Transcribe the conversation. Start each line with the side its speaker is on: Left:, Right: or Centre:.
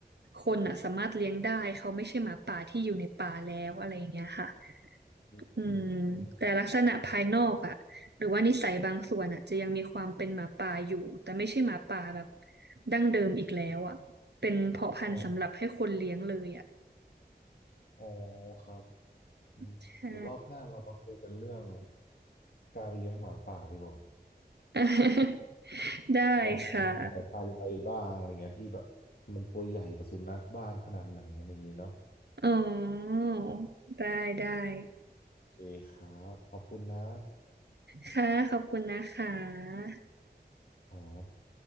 Right: คนอ่ะสามารถเลี้ยงได้เขาไม่ใช่หมาป่าที่อยู่ในป่าแล้วอะไรอย่างเงี้ยค่ะ
Left: อืม
Right: อืมแต่ลักษณะภายนอกอะหรือว่านิสัยบางส่วนอะจะยังมีความเป็นหมาป่าอยู่แต่ไม่ใช่หมาป่าแบบดั้งเดิมอีกแล้วอะเป็นเพาะพันธุ์สำหรับให้คนเลี้ยงเลยอะ
Left: อ๋ออ๋อครับอืมหรือรอบหน้าเรามาคุยกันเรื่อง
Right: ใช่
Left: การเลี้ยงหมาป่าดีกว่า
Right: <laughs> ได้ค่ะ
Left: แบบมีสายพันธุ์อะไรบ้างอะไรเงี้ยที่แบบมันตัวใหญ่กว่าสุนัขบ้านขนาดไหนอะไรอย่างงี้เนาะ
Right: อ๋อได้ได้
Left: โอเคครับขอบคุณนะ
Right: ค่ะขอบคุณนะคะ
Left: ครับ